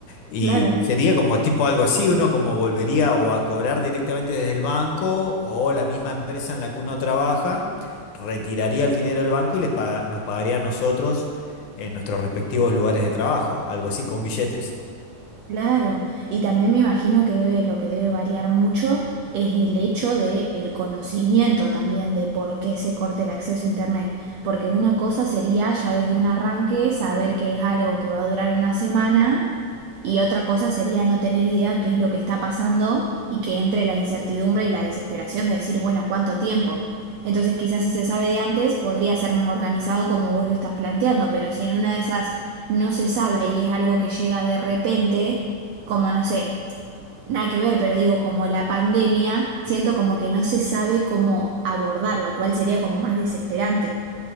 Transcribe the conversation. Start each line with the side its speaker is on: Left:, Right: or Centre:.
Left: Y
Right: claro,
Left: sería como tipo algo así, uno como volvería o a cobrar directamente desde el banco o la misma empresa en la que uno trabaja retiraría el dinero del banco y les paga- nos pagaría a nosotros en nuestros respectivos lugares de trabajo, algo así, con billetes.
Right: claro. Y también me imagino que debe, lo que debe variar mucho es el hecho de el conocimiento también de por qué se corta el acceso a internet. Porque una cosa sería ya desde un arranque saber que es algo que va a durar una semana Y otra cosa sería no tener idea qué es lo que está pasando y que entre la incertidumbre y la desesperación de decir, bueno, ¿cuánto tiempo? Entonces quizás si se sabe de antes podría ser más organizado como vos lo estás planteando, pero si en una de esas no se sabe y es algo que llega de repente, como no sé, nada que ver, pero digo como la pandemia, siento como que no se sabe cómo abordarlo, cuál sería como más desesperante.